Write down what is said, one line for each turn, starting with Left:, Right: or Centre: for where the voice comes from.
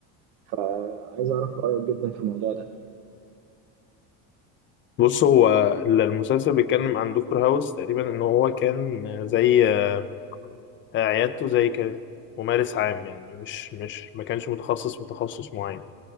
Right: فعايز اعرف رايك جدا في الموضوع ده
Left: بص هو المسلسل بيتكلم عن دكتور هاوس تقريبا ان هو كان زي آه، عيادته زي كانت ممارس عام يعني مش مش ما كانش متخصص في تخصص معين